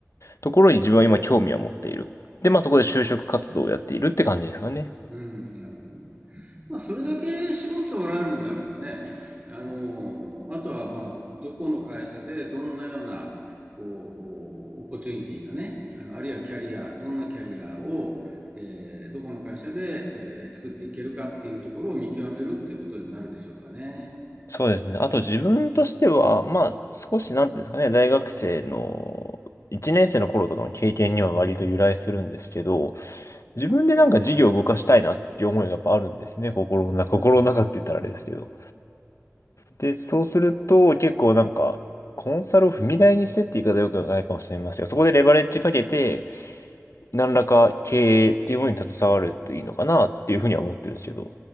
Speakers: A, on the left; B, on the right.
A: ところに自分は今興味は持っている。で、まあそこで就職活動をやっているって感じですかね。
B: うん。なるほどね。まあ、それだけ絞っておられるんであればね、あの、あとは、まあ、どこの会社でどんなような、こう、オポチュニティがね、あの、あるいはキャリア、どんなキャリアを、えーどこの会社で、えー作っていけるかっていうところを見極めるっていうことになるでしょうかね。
A: そうですね。あと自分としては、まあ少しなんていうんですかね、大学生の1年生の頃とかの経験には割と由来するんですけど、自分でなんか事業を動かしたいなっていう思いがやっぱあるんですね。心の中、心の中って言ったらあれですけど。で、そうすると結構なんか、コンサルを踏み台にしてって言い方よくないかもしれませんが、そこでレバレッジかけて、何らか経営っていうものに携わるといいのかなっていうふうには思ってるんですけど、